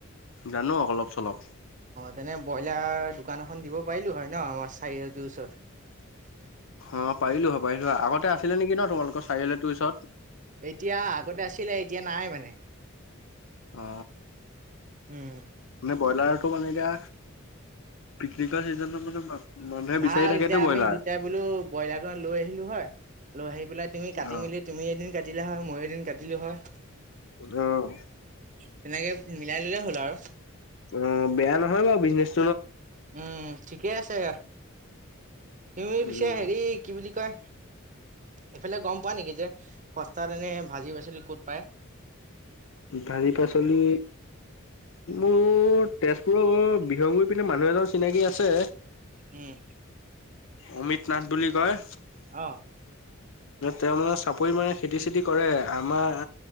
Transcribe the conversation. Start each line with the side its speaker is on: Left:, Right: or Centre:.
Left: জানো অলপ চলপ
Right: যেনে ব্ৰইলাৰ দোকান এখন দিব পাৰিলোঁ হয় ন আমাৰ চাৰিআলটোৰ ওচৰত
Left: অৱ পাৰিলো হয় পাৰিলো হয় আগতে আছিলে নেকি ন তোমালোকৰ চাৰিআলি তোৰ ওচৰত
Right: এতিয়া আগতে আছিলে এতিয়া নাই মানে
Left: অ
Right: উম
Left: মানে ব্ৰইলাৰটো মানে এতিয়া পিকনিকৰ চিজনত মানে মানুহে
Right: ভাল
Left: বিচাৰি থাকেতো
Right: এতিয়া
Left: ব্ৰইলাৰ।
Right: আমি দুটাই বোলো ব্ৰইলাৰটো লৈ আহিলো হয়। আৰু আহি পেলাই তুমি কাটি
Left: অ',
Right: মেলি তুমি এদিন কাটিলা হয় মই এদিন কাটিলো হয়।
Left: আহ
Right: তেনেকে মিলাই ললে হ'ল আৰু
Left: অ বেয়া নহয় বাৰু বিজনেচ।
Right: উম ঠিকেই আছে। তুমি পিছো
Left: উম
Right: হেৰি কি বুলি কয় এইফালে গম পোৱা নেকি যে সস্তাতেনে ভাজি পচলি ক'ত পায়?
Left: ভাৰি পাচলি মোৰ তেজপুৰৰ বিহংগুৰি পিনে মানুহ এজন চিনাকি আছে।
Right: উম
Left: অমিত নাথ বুলি কয়
Right: আহ।
Left: তেওঁ মানে চাপৰি মানে খেতি চেতি কৰে আমাৰ